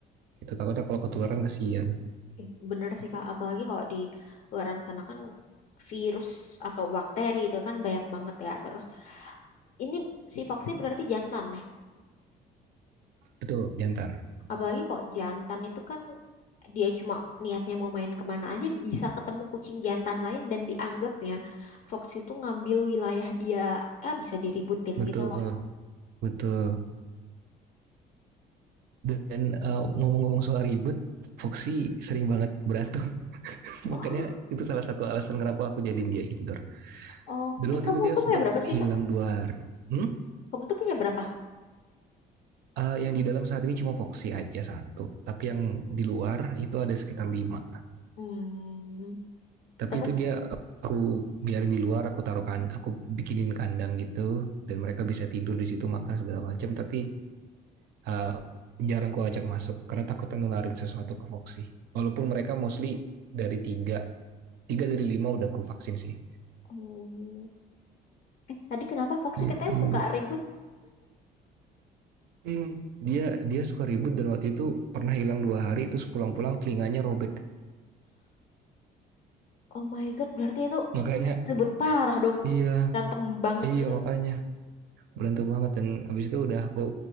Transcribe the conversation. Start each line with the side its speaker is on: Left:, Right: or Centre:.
Right: Itu takutnya kalau ketularan kasihan.
Left: Ih, Bener sih Kak, apalagi kalau di luaran sana kan virus atau bakteri itu kan banyak banget ya. Terus ini si Foxy berarti jantan nih.
Right: Betul, jantan.
Left: Apalagi kok jantan itu kan dia cuma niatnya mau main kemana aja bisa ketemu kucing jantan lain dan dianggapnya Foxy itu ngambil wilayah dia, eh bisa diributin
Right: Betul,
Left: gitu lah.
Right: betul. Dan uh, ngomong-ngomong soal ribut, Foxy sering banget berantem. <laughs> Makanya
Left: Oh,
Right: itu salah satu alasan kenapa aku jadiin dia indoor.
Left: oh,
Right: Dulu
Left: eh
Right: waktu
Left: kamu
Right: itu dia
Left: tuh
Right: sempat
Left: punya berapa
Right: hilang
Left: sih Kak?
Right: dua hari. Hmm?
Left: Kamu tuh punya berapa?
Right: Uh, yang di dalam saat ini cuma Foxy aja satu. Tapi yang di luar itu ada sekitar lima.
Left: Hmm,
Right: Tapi
Left: terus,
Right: itu dia aku biarin di luar, aku taruh kan, aku bikinin kandang gitu. Dan mereka bisa tidur di situ, makan segala macam. Tapi uh, jarang aku ajak masuk karena takut nularin sesuatu ke Foxy. Walaupun mereka mostly dari tiga tiga dari lima udah ku vaksin sih
Left: oh, eh tadi kenapa Foxy
Right: Itu
Left: katanya suka ribut?
Right: hmm. dia dia suka ribut dan waktu itu pernah hilang dua hari terus pulang-pulang telinganya robek
Left: Oh my God, berarti itu
Right: makanya
Left: Ribut parah dong.
Right: iya
Left: Berantem banget
Right: iya
Left: gitu.
Right: makanya berantem banget dan habis itu udah aku